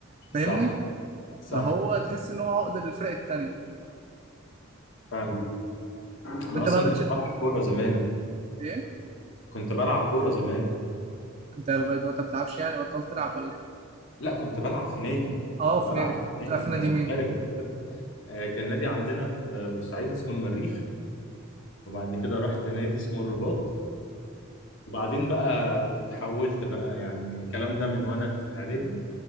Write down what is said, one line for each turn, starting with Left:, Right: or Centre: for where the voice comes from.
Right: فاهمني
Left: صح صح
Right: فهو تحس ان هو عقده للفرق التانية
Left: فعلا انا
Right: وانت
Left: اصلا
Right: بقى بتش...
Left: كنت بلعب كوره زمان
Right: ايه
Left: كنت بلعب كوره زمان
Right: انت لغايه دلوقتي ما بتلعبش يعني بطلت تلعب ولا ايه
Left: لا كنت بلعب في نادي
Right: اه
Left: كنت
Right: في
Left: بلعب
Right: نادي
Left: في نادي
Right: بتلعب في
Left: كمحترف
Right: نادي مين
Left: كده. آه، كان نادي عندنا في بورسعيد اسمه المريخ وبعد كده رحت نادي اسمه الرباط وبعدين بقى تحولت بقى يعني الكلام ده من وانا في اعدادي